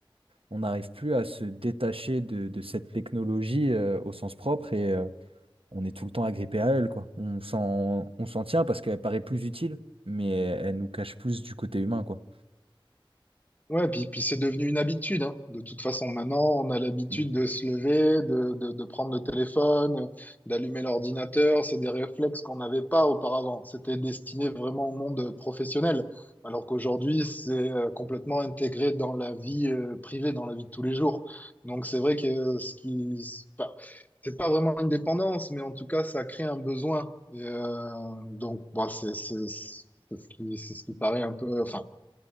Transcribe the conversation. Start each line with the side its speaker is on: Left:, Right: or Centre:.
Right: on n'arrive plus à se détacher de, de cette technologie euh, au sens propre et euh, on est tout le temps agrippé à elle, quoi. On s'en, on s'en tient parce qu'elle paraît plus utile, mais elle, elle nous cache plus du côté humain, quoi.
Left: Ouais, puis, puis c'est devenu une habitude, hein. De toute façon, maintenant, on a l'habitude
Right: Mm.
Left: de se lever, de, de, de prendre le téléphone, d'allumer l'ordinateur. C'est des réflexes qu'on n'avait pas auparavant. C'était destiné vraiment au monde professionnel, alors qu'aujourd'hui, c'est euh, complètement intégré dans la vie euh, privée, dans la vie de tous les jours. Donc c'est vrai que euh, ce qui, c'est pas, c'est pas vraiment une dépendance, mais en tout cas, ça crée un besoin. Et, euh, donc, bon, c'est c'est- c'est ce qui, c'est ce qui paraît un peu, enfin